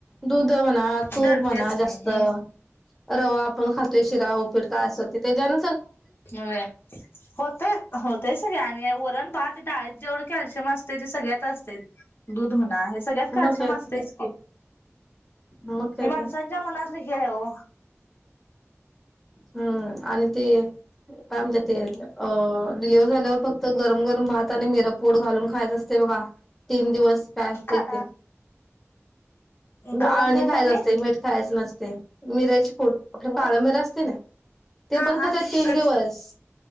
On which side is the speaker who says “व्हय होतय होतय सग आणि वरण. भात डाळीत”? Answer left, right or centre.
Left